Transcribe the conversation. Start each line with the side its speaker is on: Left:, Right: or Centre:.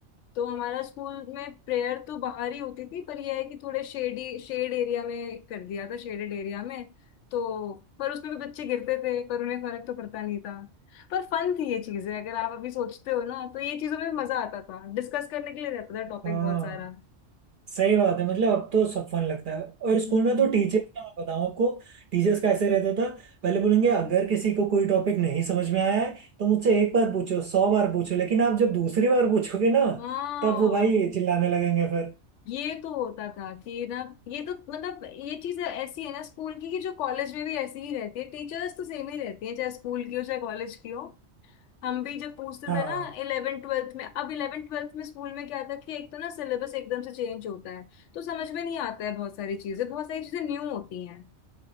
Left: तो हमारा स्कूल में प्रेयर तो बाहर ही होती थी पर यह है कि थोड़े शेडी शेड एरिया में कर दिया था शेडेड एरिया में तो पर उसमें भी बच्चे गिरते थे पर उन्हें फर्क तो पड़ता नहीं था पर फन थी ये चीजें अगर आप अभी सोचते हो ना तो ये चीजों में मजा आता था डिस्कस करने के लिए रहता था टॉपिक
Right: हाँ
Left: बहुत सारा
Right: सही बात है मतलब अब तो सब फन लगता है और स्कूल
Left: हम्म
Right: में तो टीचर्स का मैं बताऊं आपको टीचर्स का ऐसे रहता था पहले बोलेंगे अगर किसी को कोई टॉपिक नहीं समझ में आया है तो मुझसे एक बार पूछो सौ बार पूछो लेकिन आप जब दूसरी बार पूछोगे ना
Left: हाँ
Right: तब वो भाई चिल्लाने लगेंगे फिर
Left: ये तो होता था कि ना ये तो मतलब ये चीज ऐसी है ना स्कूल की कि जो कॉलेज में भी ऐसी ही रहती है टीचर्स तो सेम ही रहती है चाहे स्कूल की हो चाहे कॉलेज की हो हम भी जब पूछते
Right: हाँ
Left: थे ना इलेवेंथ ट्वेल्थ में अब इलेवेंथ ट्वेल्थ में स्कूल में क्या था कि एक तो ना सिलेबस एकदम से चेंज होता है तो समझ में नहीं आता है बहुत सारी चीजें बहुत सारी चीजें न्यू होती हैं